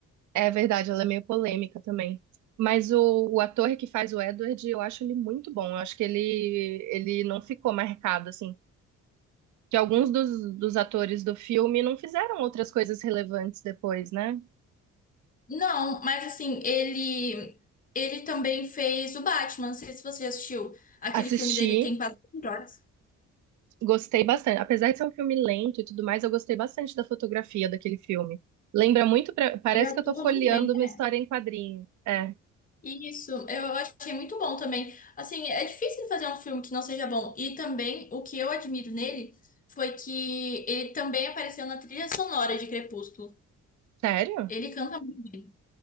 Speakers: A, on the right; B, on the left.
A: É verdade, ela é meio polêmica também. Mas o, o ator que faz o Edward, eu acho ele muito bom. Eu acho que ele, ele não ficou marcado, assim. Que alguns dos, dos atores do filme não fizeram outras coisas relevantes depois, né?
B: Não, mas assim, ele ele também fez o Batman. Não sei se você já assistiu aquele
A: Assisti.
B: filme dele tem quase 24 horas.
A: Gostei bastante. Apesar de ser um filme lento e tudo mais, eu gostei bastante da fotografia daquele filme. Lembra muito, pra- parece
B: Ele atua
A: que eu tô folheando
B: muito bem, né?
A: uma história em quadrinho. É,
B: Isso, eu achei muito bom também. Assim, é difícil fazer um filme que não seja bom. E também o que eu admiro nele foi que ele também apareceu na trilha sonora de Crepúsculo.
A: sério?
B: Ele canta muito bem.